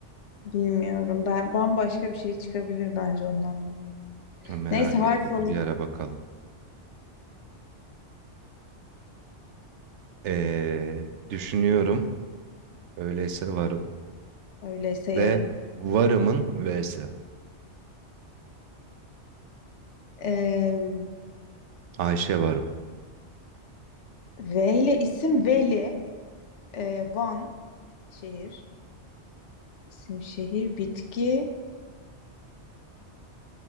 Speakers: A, on the left; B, on the right.
A: Bilmiyorum. Ben bambaşka bir şey çıkabilir bence onun anlamı.
B: Merak
A: Neyse harf
B: ettim.
A: alayım.
B: Bir ara bakalım. Ee, düşünüyorum. Öyleyse varım.
A: Öyleyse yarın.
B: Ve varımın V'si.
A: Ee,
B: Ayşe varım.
A: V ile isim Veli. Ee, Van. Şehir. İsim şehir. Bitki.